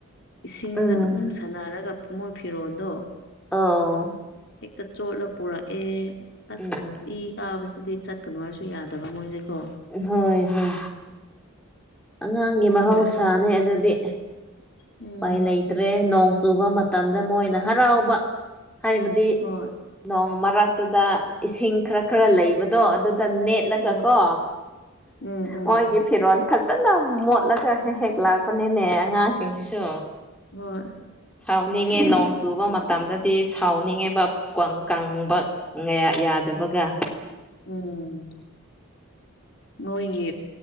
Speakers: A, on the left (about 55°); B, in the centre.
A: ꯏꯁꯤꯡꯗ
B: ꯎꯝ
A: ꯑꯗꯨꯝ ꯁꯥꯟꯅꯔꯒ ꯃꯣꯏ ꯐꯤꯔꯣꯜꯗꯣ,
B: ꯑꯥꯎ
A: ꯍꯦꯛꯇ ꯆꯣꯠꯂ ꯄꯨꯔꯛꯑꯦ ꯑꯁ
B: ꯎꯝ
A: ꯏ ꯀꯥꯕꯁꯤꯗꯤ ꯆꯠꯀꯅꯨ ꯍꯥꯏꯔꯁꯨ ꯌꯥꯗꯕ ꯃꯣꯏꯁꯦꯀꯣ꯫
B: ꯍꯣꯏ ꯍꯣꯏ꯫ ꯑꯉꯥꯡꯒꯤ
A: ꯎꯝ
B: ꯃꯍꯧꯁꯥꯅꯦ ꯑꯗꯨꯗꯤ꯫
A: ꯎꯝ
B: ꯎꯄꯥꯏ ꯂꯩꯇ꯭ꯔꯦ ꯅꯣꯡ ꯆꯨꯕ ꯃꯇꯝꯗ ꯃꯣꯏꯅ ꯍꯔꯥꯎꯕ ꯍꯥꯏꯕꯗꯤ,
A: ꯍꯣꯏ
B: ꯅꯣꯡ ꯃꯔꯛꯇꯨꯗ ꯏꯁꯤꯡ ꯈꯔ ꯈꯔ ꯂꯩꯕꯗꯣ ꯑꯗꯨꯗ ꯅꯦꯠ ꯂꯒꯀꯣ
A: ꯎꯝ ꯎꯝ ꯎꯝ
B: ꯃꯣꯏꯒꯤ ꯐꯤꯔꯣꯜ ꯐꯥꯖꯅ ꯃꯣꯠꯂꯒ ꯍꯦꯛ ꯍꯦꯛ ꯂꯥꯛꯄꯅꯤꯅꯦ ꯑꯉꯥꯡꯁꯤꯡꯁꯤꯁꯨ
A: ꯍꯣꯏ
B: ꯁꯥꯎꯅꯤꯡꯉꯦ ꯅꯣꯡ ꯆꯨꯕ ꯃꯇꯝꯗꯗꯤ ꯁꯥꯎꯅꯤꯡꯉꯦꯕ ꯀꯪ ꯀꯪꯕ ꯉꯌ ꯌꯥꯗꯕꯒ
A: ꯎꯝ ꯃꯣꯏꯒꯤ